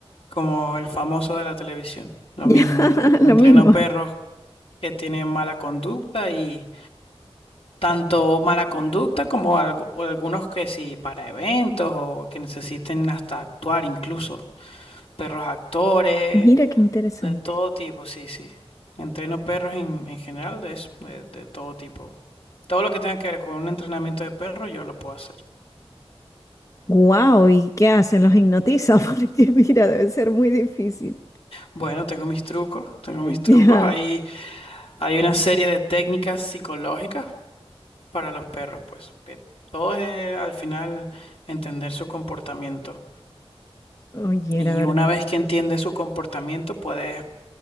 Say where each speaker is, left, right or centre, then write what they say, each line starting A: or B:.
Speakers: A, on the left (about 70°); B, on the left (about 30°).
A: Como el famoso de la televisión, lo
B: ya,
A: mismo.
B: lo
A: Entreno
B: mismo.
A: perros que tienen mala conducta y tanto mala conducta como algo- o algunos que sí para eventos o que necesiten hasta actuar incluso. Perros actores,
B: Mira qué interesante.
A: De todo tipo, sí, sí. Entreno perros en, en general de eso, de, de todo tipo. Todo lo que tenga que ver con un entrenamiento de perro, yo lo puedo hacer.
B: Wow, ¿y qué hacen? Los hipnotiza <laughs> porque mira, debe ser muy difícil.
A: Bueno, tengo mis trucos, tengo
B: <laughs>
A: mis trucos.
B: Ya,
A: Hay, hay una serie de técnicas psicológicas para los perros, pues, que todo es eh, al final entender su comportamiento.
B: oye,
A: Y
B: la verdad.
A: una vez que entiendes su comportamiento, puedes